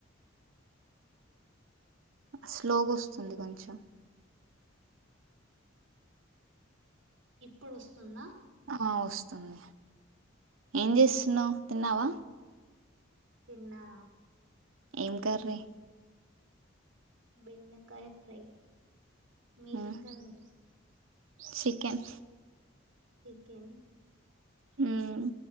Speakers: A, on the right; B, on the right.
A: అవునా
B: స్లోగొస్తుంది కొంచెం
A: ఇప్పుడొస్తుందా
B: ఆ వస్తుంది ఏం జేస్తున్నావు తిన్నావా
A: తిన్నారా
B: ఏం కర్రీ
A: బెండకాయ ఫ్రై మీదేం
B: ఉమ్,
A: కర్రీ
B: చికెన్
A: చికెన్
B: హుమ్